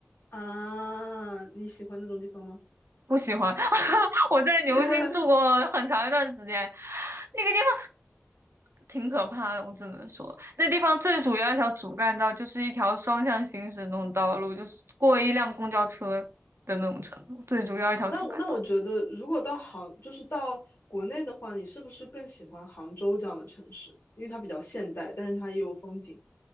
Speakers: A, on the left; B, on the right.
A: 啊？你喜欢那种地方吗？
B: 不喜欢。<laughs> 我在牛津住过很长一段时间，
A: <laughs>
B: 那个地方挺可怕的，我只能说，那地方最主要一条主干道就是一条双向行驶那种道路，就是过一辆公交车的那种程度，最主要一条主干道。
A: 那我那我觉得，如果到杭，就是到国内的话，你是不是更喜欢杭州这样的城市？因为它比较现代，但是它也有风景。